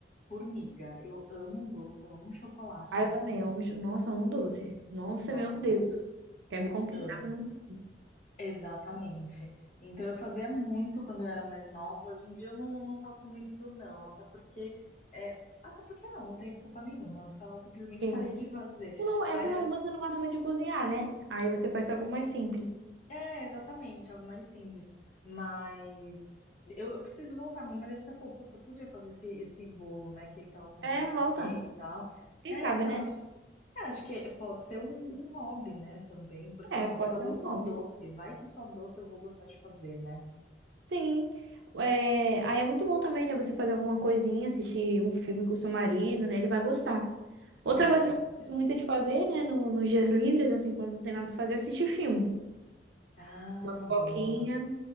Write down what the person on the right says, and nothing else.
Ah,
eu também.
Amo, chu- nossa, amo doce. Nossa,
meu Deus. Quer
me conquistar
pra não...
Sim.
não- É
que não,
você não gosta muito de cozinhar, né? Aí você faz algo mais simples.
É,
volta.
Quem
sabe,
né?
É,
pode
ser um
hobby.
Sim. É, aí é muito bom também, né? Você fazer alguma coisinha, assistir um filme com seu marido, né? Ele vai gostar. Outra
coisa
que
eu gosto muito de fazer, né? No, nos dias livres, assim, quando não tem nada pra fazer, é assistir filme.
Uma pipoquinha,